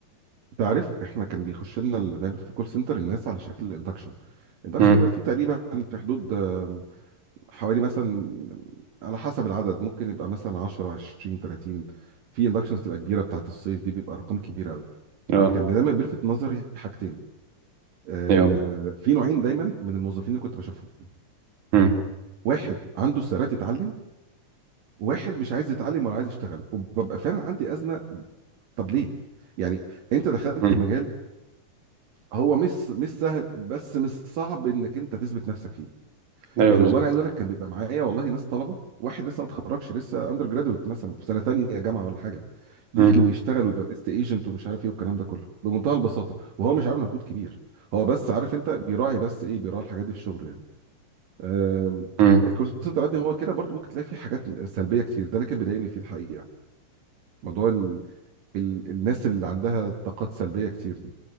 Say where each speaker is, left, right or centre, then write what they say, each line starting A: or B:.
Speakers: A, on the right; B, on the right.
A: تعرف احنا كان بيخش لنا ال- دايما في الكول سنتر الناس على شكل الاندكشن الاندكشن
B: مم.
A: بيبقى فيه تقريبا في حدود آم، حوالي مثلا على حسب العدد ممكن يبقى مثلا 10 20 30 في اندكشنز تبقى كبيره بتاعت الصيف دي بيبقى ارقام كبيره
B: أيوه
A: كان دايما بيلفت نظري حاجتين آه،
B: أيوه
A: آه، في نوعين دايما من الموظفين اللي كنت بشوفهم
B: مم.
A: واحد عنده استعداد يتعلم وواحد مش عايز يتعلم ولا عايز يشتغل وببقى فعلا عندي أزمة طب ليه يعني انت دخلت
B: مم.
A: مجال هو مش مش سهل بس مش صعب انك انت تثبت نفسك فيه
B: أيوه
A: يعني
B: بالظبط
A: والله انا عايز اقول لك كان بيبقى معايا والله ناس طلبه واحد لسه ما اتخرجش لسه اندر جرادويت مثلا في سنه تانية جامعه ولا حاجه يجي
B: مم.
A: ويشتغل ويبقى بيست ايجنت ومش عارف ايه والكلام ده كله بمنتهى البساطه وهو مش عامل مجهود كبير هو بس عارف انت بيراعي بس ايه بيراعي الحاجات دي في شغله يعني آم،
B: مم.
A: الكورس سنتر عندي هو كده برضو ممكن تلاقي فيه حاجات سلبيه كتير ده لكن بيضايقني فيه الحقيقه يعني موضوع ال... ال... الناس اللي عندها طاقات سلبيه كتير دي